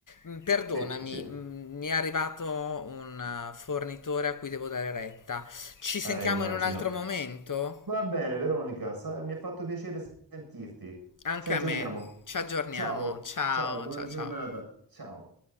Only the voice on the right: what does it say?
sì, sì,
eh,
immagino.
Va bene, Veronica, sa- mi ha fatto piacere sentirti.
Ci aggiorniamo.
Ciao,
ciao, buona
giornata.
Ciao.